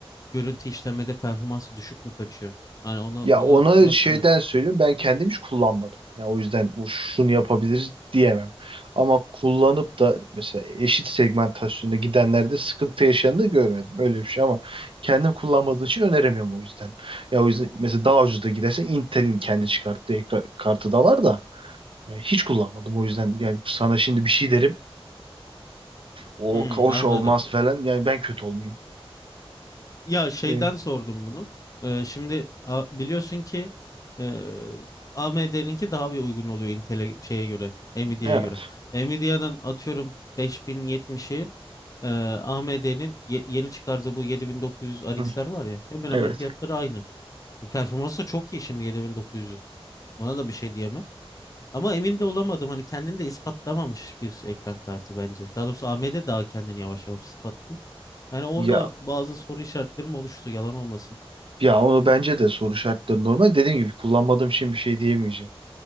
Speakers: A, on the left; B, on the right.
A: görüntü işlemede performansı düşük mü kaçıyor? Hani onu
B: Ya
A: onu
B: ona
A: nasıl
B: şeyden
A: bir
B: söyleyeyim ben kendim hiç kullanmadım. Ya o yüzden o şunu yapabiliriz diyemem. Ama kullanıp da mesela eşit segmentasyonda gidenlerde sıkıntı yaşayanı da görmedim. Öyle bir şey ama kendim kullanmadığım için öneremiyorum o yüzden. Ya o yüzden mesela daha ucuz da gidersen Intel'in kendi çıkarttığı ekra- kartı da var da e, hiç kullanmadım o yüzden yani sana şimdi bir şey derim o
A: Hmm,
B: hoş
A: anladım.
B: olmaz falan yani ben kötü olmayayım.
A: Ya şeyden
B: Yani,
A: sordum bunu. Ee, şimdi a- biliyorsun ki e, AMD'ninki daha bir uygun oluyor Intel'e şeye göre, Nvidia'ya
B: evet.
A: göre. Nvidia'nın atıyorum 5070'i e, AMD'nin ye- yeni çıkardığı bu 7900 RX'ler
B: Hı,
A: var ya hemen hemen
B: evet.
A: fiyatları aynı. Performansı da çok iyi şimdi 7900'ün. Ona da bir şey diyemem. Ama emin de olamadım hani kendini de ispatlamamış bir ekran kartı bence. Daha doğrusu AMD daha kendini yavaş yavaş ispatlıyor. Yani orada
B: Ya
A: bazı soru işaretlerim oluştu yalan olmasın.
B: Ya onu bence de soru şartları normal. Dediğim gibi kullanmadığım için bir şey diyemeyeceğim.